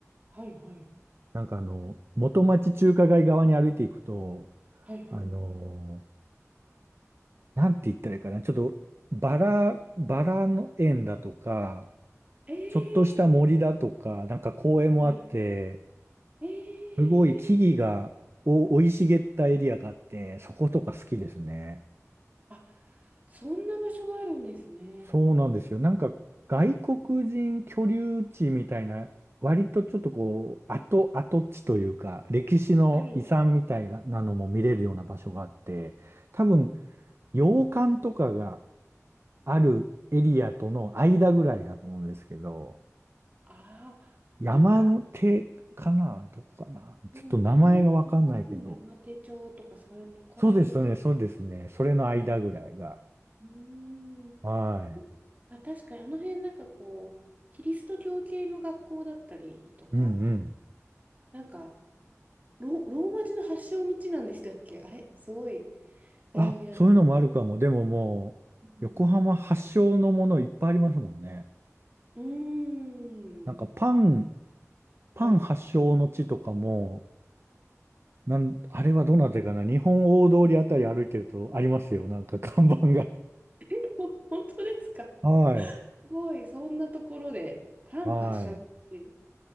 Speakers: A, on the right; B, on the right.
A: はいはい。
B: なんかあの、元町中華街側に歩いていくと、
A: はいはい。
B: あのなんて言ったらいいかな、ちょっとバラ、バラの園だとか、
A: え
B: ちょっとした森だとか、
A: ー、
B: なんか公園もあって、
A: はい。えー。
B: すごい木々がお生い茂ったエリアがあって、そことか好きですね。
A: あ、そんな場所があるんですね。
B: そうなんですよ。なんか外国人居留地みたいな、
A: うん
B: 割とちょっとこう、跡、跡地というか、歴史の遺産みたいなのも見れるような場所があって、
A: はい。
B: 多分、洋館とかがあるエリアとの間ぐらいだと思うんですけど、
A: ああ、
B: 山の手かなどこかなちょっと名前がわかんないけど。
A: なんか、うん、山、高く山手町とか、そういうの、ここら辺です
B: そうですね、そうですね。
A: ね。
B: それの間ぐらいが。
A: うーん。
B: はい。
A: あ、確かに、あの辺、なんかこう、キリスト教系の学校だったりとか、
B: うんうん。
A: なんか、ロ、ローマ字の発祥の地なんでしたっけあれすごい、あやふやなんですけど。
B: あ、そういうのもあるかも。でももう、
A: うん。
B: 横浜発祥のものいっぱいありますもんね。
A: うーん。
B: なんかパン、
A: はい。
B: パン発祥の地とかも、なん、あれはどなたかな日本大通りあたり歩いてるとありますよ。なんか <laughs> 看板が。
A: <laughs> ほ本当ですか
B: <laughs> はい。
A: すごい、そんなところで、パン発祥の地。
B: はい。